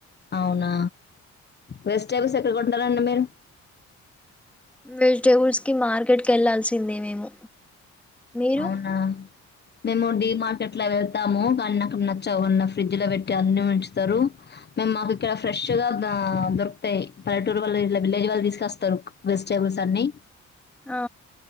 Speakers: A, on the left (about 35°); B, in the centre.
A: అవునా వెజిటబుల్స్ ఎక్కడ కొంటారండీ మీరు
B: వెజిటేబుల్స్ కి మార్కెట్ కి వెళ్లాాల్సిందే మేము మీరు
A: అవునా మేము డి మార్కెట్ లో వెళ్తాము కానీ నాకు నచ్చావ్ ఫ్రిడ్జ్ లో పెట్టి అన్ని ఉంచుతారు మేము మాకు ఇక్కడ ఫ్రెష్ గా దొరుకుతాయి పల్లెటూరు వాళ్ళ ఇట్ల విలేజ్ వాళ్ళ తీసుకస్తారు వెజిటేబుల్స్ అన్ని
B: ఆ